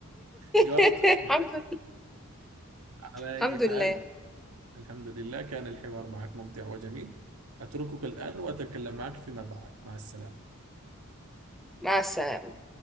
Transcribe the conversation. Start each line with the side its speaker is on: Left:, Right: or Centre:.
Right: جوابك
Centre: <laughs>
Right: صحيح
Centre: الحمد لله
Right: على أي
Centre: الحمد
Right: حال
Centre: لله
Right: الحمد لله كان الحوار معك ممتع وجميل أتركك الآن وأتكلم معك فيما بعد مع السلامة
Centre: مع السلامة